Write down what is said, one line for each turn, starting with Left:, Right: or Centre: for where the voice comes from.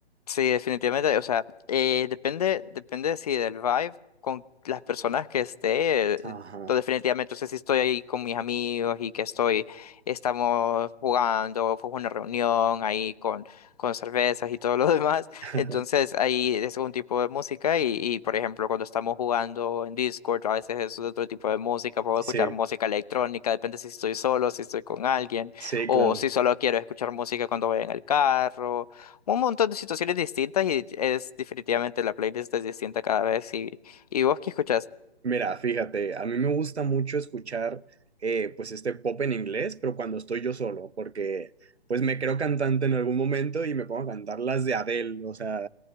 Left: Sí, definitivamente, o sea, eh, depende, depende, sí, del vibe con las personas que esté,
Right: Ajá.
Left: eh, pues, definitivamente, o sea, si estoy ahí con mis amigos y que estoy, estamos jugando, fue una reunión ahí con, con cervezas y todo lo <laughs> demás,
Right: <laughs>
Left: entonces ahí es un tipo de música y, y, por ejemplo, cuando estamos jugando en Discord, a veces es otro tipo de música, puedo
Right: Sí,
Left: escuchar música electrónica, depende si estoy solo, si estoy con alguien,
Right: sí,
Left: o
Right: claro.
Left: si solo quiero escuchar música cuando voy en el carro un montón de situaciones distintas y es definitivamente la playlist es distinta cada vez y, y vos que escuchás.
Right: Mira, fíjate, a mí me gusta mucho escuchar eh, pues este pop en inglés, pero cuando estoy yo solo, porque pues me creo cantante en algún momento y me pongo a cantar las de Adele, o sea,